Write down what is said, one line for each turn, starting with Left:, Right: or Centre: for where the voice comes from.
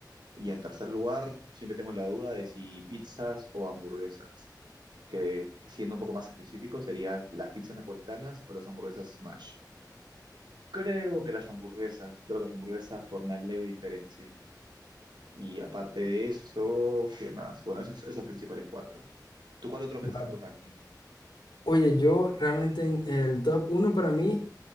Right: Y en tercer lugar, siempre tengo la duda de si pizzas o hamburguesas, que siendo un poco más específico serían las pizzas napolitanas o las hamburguesas smash. Creo que las hamburguesas, creo que las hamburguesas por una leve diferencia. Y aparte de eso, ¿qué más? Bueno, esos, esos principales cuatro. ¿Tú cuál otro metes
Left: Bueno,
Right: en tu ranking?
Left: Oye, yo realmente en el top uno para mí